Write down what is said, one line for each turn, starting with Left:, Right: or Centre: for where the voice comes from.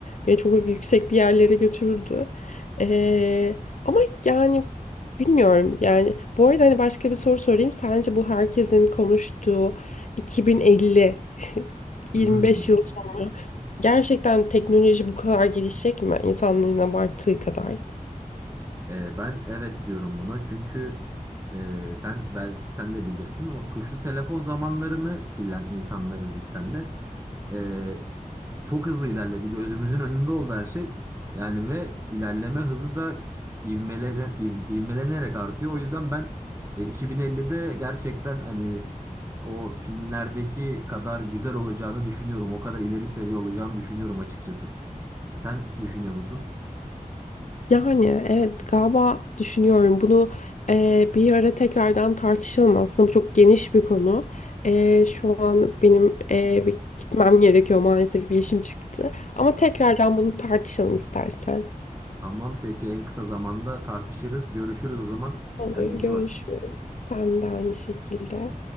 Left: beni çok yüksek bir yerlere götürürdü. Ee, ama yani bilmiyorum. Yani bu arada hani başka bir soru sorayım. Sence bu herkesin konuştuğu 2050, 25
Right: Hmm.
Left: yıl sonra gerçekten teknoloji bu kadar gelişecek mi? İnsanların abarttığı kadar.
Right: Ee, ben evet diyorum buna çünkü e, sen belki sen de bilirsin o tuşlu telefon zamanlarını bilen insanlarız biz seninle. Ee, çok hızlı ilerledi gözümüzün önünde oldu her şey. Yani ve ilerleme hızı da ivmelere, iv- ivmelenerek artıyor. O yüzden ben e, 2050'de gerçekten hani o filmlerdeki kadar güzel olacağını düşünüyorum. O kadar ileri seviye olacağını düşünüyorum açıkçası. Sen düşünüyor musun?
Left: Yani evet galiba düşünüyorum bunu eee, bir ara tekrardan tartışalım aslında bu çok geniş bir konu. Eee, şu an benim eee, bir gitmem gerekiyor maalesef bir işim çıktı ama tekrardan bunu tartışalım istersen.
Right: Tamam peki en kısa zamanda tartışırız. Görüşürüz o zaman.
Left: Olur
Right: Kendine
Left: görüşürüz.
Right: iyi bak.
Left: Ben de aynı şekilde.